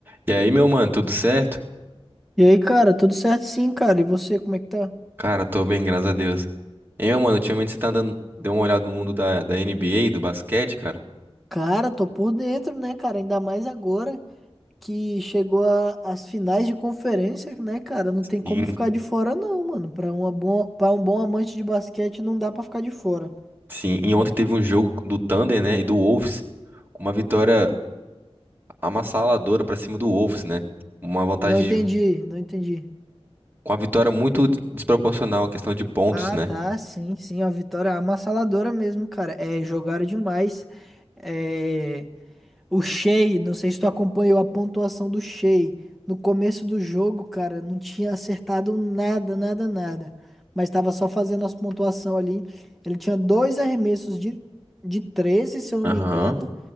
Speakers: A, on the right; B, in the centre.
A: E aí, meu mano, tudo certo?
B: E aí, cara, tudo certo sim, cara. E você, como é que tá?
A: Cara, tô bem, graças a Deus. E aí, meu mano, ultimamente você tá andando, deu uma olhada no mundo da, da NBA, do basquete, cara?
B: Cara, tô por dentro, né, cara? Ainda mais agora que chegou a- as finais de conferência, né, cara? Não tem como
A: Sim,
B: ficar de fora, não, mano. Pra uma boa, para um bom amante de basquete, não dá pra ficar de fora.
A: sim. E ontem teve um jogo do Thunder, né, e do Wolves, com uma vitória amassaladora pra cima do Wolves, né? Uma vantagem,
B: Não entendi,
A: de-
B: não entendi.
A: com uma vitória muito des- desproporcional, a questão de pontos,
B: Ah,
A: né?
B: tá, sim, sim, a vitória é avassaladora mesmo, cara. É, jogaram demais. É. O Shea, não sei se tu acompanhou a pontuação do Shea. No começo do jogo, cara, não tinha acertado nada, nada, nada. Mas tava só fazendo as pontuações ali. Ele tinha dois arremessos de, de 13, se eu não
A: Aham,
B: me engano.